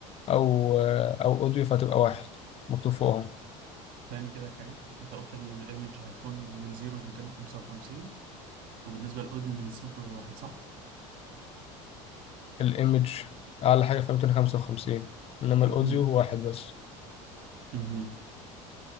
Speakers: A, on the left (about 35°); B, on the right (about 60°).
A: او او اوديو فهتبقى واحد مكتوب فوقهم
B: تاني كده يا كريم انت قلت ان الايمج هيكون من 0 ل 255 وبالنسبة للاوديو من 0 ل 1 صح؟
A: الايمج اعلى حاجه فيها 255 انما
B: مهم.
A: الاوديو هو واحد بس
B: مهم.